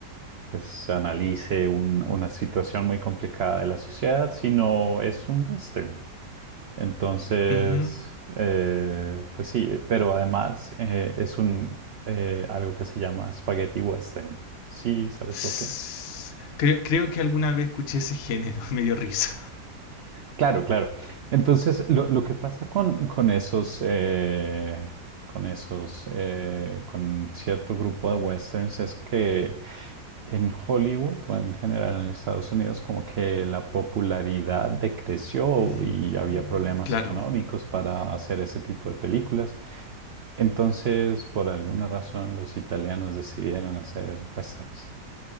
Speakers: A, on the right (about 80°); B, on the left (about 55°).
A: pues analice un- una situación muy complicada de la sociedad, sino es un western. Entonces,
B: Ujú.
A: eh, pues sí, eh, pero además eh, es un eh, algo que se llama spaghetti western. Sí, ¿sabes
B: S-
A: por qué?
B: Creo, creo que alguna vez escuché ese género, <laughs> me dio risa.
A: Claro, claro. Entonces, lo, lo que pasa con, con esos, eh, con esos, eh, con cierto grupo de westerns es que en Hollywood o en general en Estados Unidos, como que la popularidad decreció
B: Ujú,
A: y había problemas
B: Claro.
A: económicos para hacer ese tipo de películas. Entonces, por alguna razón, los italianos decidieron hacer westerns.